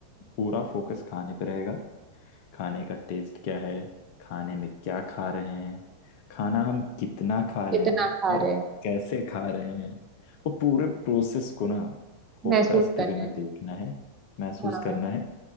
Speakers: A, on the left; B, on the right.
A: पूरा फोकस खाने पे रहेगा खाने का टेस्ट क्या है खाने में क्या खा रहे हैं खाना हम कितना खा रहे
B: कितना
A: हैं
B: खा
A: और
B: रहे हैं
A: कैसे खा रहे हैं वो पूरे प्रोसेस को ना फोकस्ड
B: महसूस करना
A: वे में
B: है
A: देखना है महसूस
B: हाँ
A: करना है